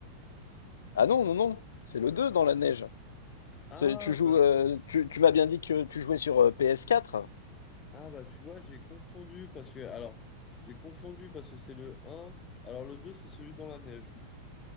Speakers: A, on the left; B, on the left.
A: Ah non, non, non, c'est le 2 dans la neige.
B: Ah,
A: C'est- Tu joues,
B: bah,
A: euh,
B: tu-
A: tu, tu m'as bien dit que tu jouais sur euh, PS4.
B: ah, bah tu vois, j'ai confondu, parce que, alors, j'ai confondu, parce que c'est le un Alors, le 2 c'est celui dans la neige. du coup.